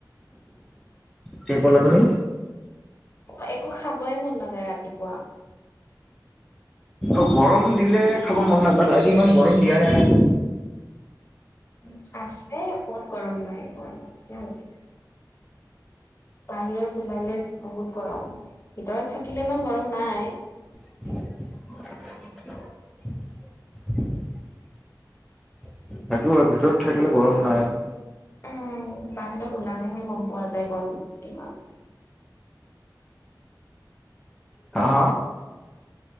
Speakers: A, in the centre; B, on the left.
A: কি কলা তুমি?
B: অ' একো খাবই মন নাযায় ৰাতিপুৱা।
A: অ' গৰম দিলে খাব মন নাই, বাট আজি ইমান গৰম দিয়া নাই না।
B: উ আছে কত গৰম নাই গৰম আছে আজ বাহিৰত ওলালে বহুত গৰম ভিতৰত থাকিলে ইমান গৰম নাই
A: <inaudible> তো ভিতৰত থাকিলে গৰম নাই
B: উ বাহিৰত ওলালেহে গম পোৱা যায় গৰম ইমমান
A: হা হা